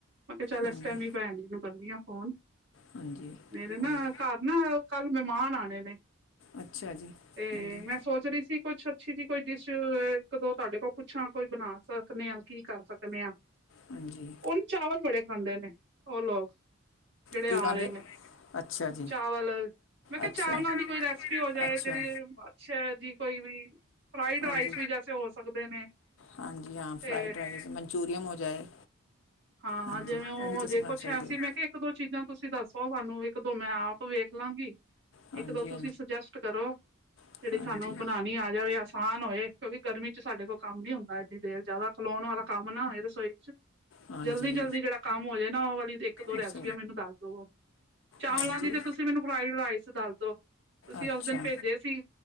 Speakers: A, on the right; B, on the left.
A: ਤੇ ਚੱਲ
B: ਹਾਂਜੀ
A: ਇਸ ਟਾਈਮ ਵੀ ਭੈਣ ਜੀ ਨੂੰ ਕਰਦੀ ਆ ਫੋਨ
B: ਹਾਂਜੀ
A: <inaudible> ਮੇਰੇ ਨਾ
B: ਹੋਰ
A: ਘਰ ਨਾ ਕੱਲ ਮਹਿਮਾਨ ਆਣੇ ਨੇ '
B: ਅੱਛਾ
A: <inaudible> '
B: ਜੀ
A: 'ਤੇ
B: ਹਾਂਜੀ
A: ਮੈਂ ਸੋਚ ਰਹੀ ਸੀ। ਕੁਛ ਅੱਛੀ ਜੀ ਕੋਈ ਡਿਸ਼ ਇੱਕ ਦੋ ਤੁਹਾਡੇ ਕੋਲ ਪੁੱਛਾਂ ਬਣਾ ਸਕਦੇ ਆ ਕੀ ਕਰ ਸਕਦੇ ਦੇ ਆ ' <inaudible> '
B: ਹਾਂਜੀ
A: ਉਹਨੂੰ ਚਾਵਲ ਬੜੇ ਖਾਂਦੇ ਨੇ ' <inaudible> ' ਉਹ ਲੋਕ' ' <inaudible> ਜਿਹੜੇ
B: ਕੀ
A: ਆ
B: ਕਹਿੰਦੇ
A: ਰਹੇ ਨੇ।
B: ਅੱਛਾ ਜੀ।
A: ਚਾਵਲ ' <inaudible> ' ਮੈਂ ਕਿਹਾ
B: ਅੱਛਾ
A: ਚਾਵਲਾਂ ਦੀ ਕੋਈ ਰੈਸਪੀ ਹੋ ਜਾਏ
B: ਅੱਛਾ
A: ਜਿਹੜੀ ਅੱਛੇ ਜੀ, ਕੋਈ ਵੀ ਫਰਾਈਡ
B: ਹਾਂਜੀ
A: ਰਾਈਸ ਵੀ ਜੈਸੇ ਹੋ ਸਕਦੇ ਨੇ
B: ਹਾਂਜੀ ਹਾਂ,
A: ਤੇ
B: ਫਰਾਈਡ ਰਾਈਸ ਮਨਚੂਰੀਅਨ ਹੋ ਜਾਏ
A: ਹਾਂ।
B: ਹਾਂਜੀ
A: ਜਿਵੇਂ ਉਹ
B: ਵੀ ਤੁਸੀਂ
A: ਹਜੇ,
B: ਬਣਾ
A: ਕੁਛ
B: ਸਕਦੇ
A: ਐਸੀ
B: ਹੋ
A: ਮੈਂ ਕਿਹਾ ਇੱਕ ਦੋ ਚੀਜ਼ਾਂ ਤੁਸੀਂ ਦੱਸੋ ਸਾਨੂੰ ਇੱਕ, ਦੋ ਮੈਂ ਆਪ ਵੇਖ ਲਾਂਗੀ
B: ਹਾਂਜੀ
A: ਇੱਕ, ਦੋ ਤੁਸੀਂ ਸੁਜੈਸਟ ਕਰੋ। ' <inaudible> '
B: ਹਾਂਜੀ
A: ਜਿਹੜੀ ਸਾਨੂੰ ਬਣਾਣੀ ਆ ਜਾਵੇ। ਆਸਾਨ ਇਹ ਨਾ ਹੋਏ ਕਿਉਂਕਿ ਗਰਮੀ 'ਚ' ਸਾਡੇ ਕੋਲ ਕੰਮ ਨੀ ਹੁੰਦਾ ਐੰਨੀ ਦੇਰ ਜ਼ਿਆਦਾ ਖਲੋਣ ਵਾਲਾ ਕੰਮ ਨਾ ਹੋਏ ਰਸੋਈ 'ਚ' ' <inaudible> '
B: ਹਾਂਜੀ
A: ਜਲਦੀ-ਜਲਦੀ
B: ਹਾਂਜੀ
A: ਜਿਹੜਾ ਕੰਮ ਹੋ ਜਾਏ ਨਾ ਉਹ ਵਾਲੀ ਇੱਕ, ਦੋ ਰੈਸਪੀਆਂ
B: ਉਸ
A: ਮੈਨੂੰ ਦੱਸ ਦਵੋ। ਚਾਵਲਾਂ
B: ਹਾਂਜੀ
A: ਦੀ ਤੇ ਤੁਸੀਂ ਮੈਨੂੰ 'ਫਰਾਈਡ ਰਾਈਸ' ਦੱਸਦੋ। ' <inaudible> ' ਤੁਸੀਂ
B: ਅੱਛਾ
A: ਉਸ ਦਿਨ ਭੇਜੇ ਸੀ